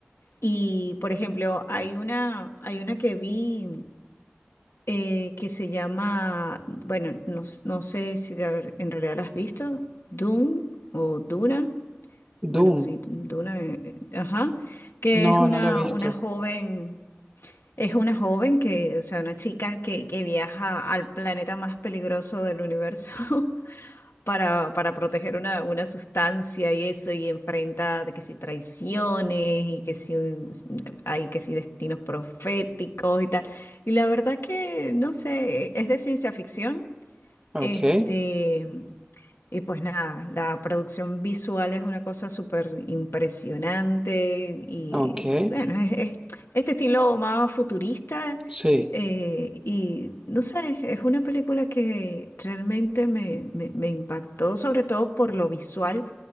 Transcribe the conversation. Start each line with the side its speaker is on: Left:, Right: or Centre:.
Left: Y, por ejemplo, hay una, hay una que vi eh, que se llama, bueno, no, s- no sé si la- en realidad la has visto, Dune o Duna, bueno,
Right: Doom,
Left: sí, Duna, eh, eh, ajá, que
Right: no,
Left: es una,
Right: no la he visto.
Left: una joven. Es una joven que, o sea, una chica que, que viaja al planeta más peligroso del universo <laughs> para, para proteger una, una sustancia y eso, y enfrenta de que si traiciones y que si un- hay que si destinos proféticos y tal. Y la verdad que, no sé, es de ciencia ficción.
Right: Ok,
Left: Este, y pues nada, la producción visual es una cosa súper impresionante y
Right: ok,
Left: bueno, es, es este estilo más futurista
Right: sí.
Left: eh, y no sé, es una película que realmente me, me- me impactó, sobre todo por lo visual,